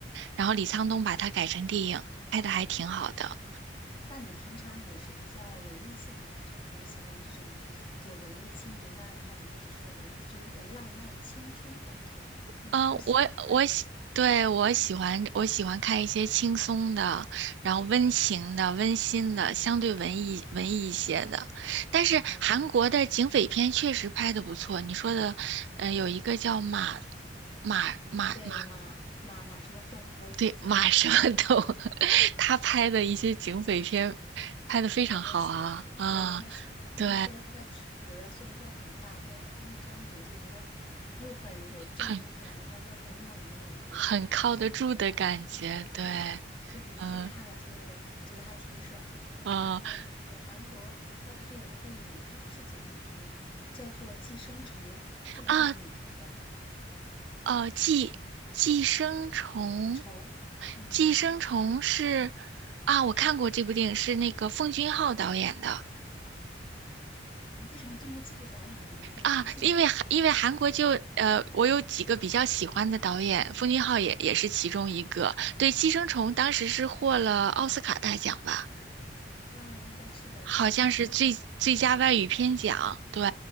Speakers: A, on the right; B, on the left.
A: 然后李沧东把它改成电影，拍的还挺好的。
B: 嗯，那你平常也是比较文艺性的了，就是很喜欢这种就文艺青年呐、然后里面就是文，就有点浪漫青春的感觉。你你会喜欢这样的题材
A: 呃，我我喜，对，我喜欢我喜欢看一些轻松的，然后温情的、温馨的，相对文艺文艺一些的。但是韩国的警匪片确实拍的不错。
B: 啊？
A: 你说的，呃，有一个叫马马马马。
B: 对，马马马什么东，我已经记不起，
A: 对，马上懂。
B: 我知道，我。
A: <laughs> 他拍的一些警匪片拍的非常好啊啊，
B: 我很喜欢，对，我很喜欢，就是说他的体格儿虽然说很大，
A: 对，
B: 但是他那张脸就觉得又很有正义感，
A: 很
B: 然后又很猛的感觉，
A: 很靠得住的感觉，
B: 就是我觉得每次，对对对，
A: 对，
B: 就每次看了就觉得还挺爽的。
A: 嗯嗯
B: 然后就是韩国，它不是有个电影，它不是警匪片，叫做《寄生虫》，这部电影你看过吗？
A: 啊哦，寄寄生虫，
B: 虫，嗯，
A: 寄生虫是啊，我看过这部电影，是那个奉俊昊导演的，
B: 你为什么都能记住导演的名字，
A: 啊，
B: 我都记不住哎。
A: 因为韩因为韩国就呃，我有几个比较喜欢的导演，奉俊昊也也是其中一个。对，《寄生虫》当时是获了奥斯卡大奖吧，
B: 嗯，应该是的，
A: 好像是最最佳外语片奖。
B: 对，反正当时很有名的。
A: 对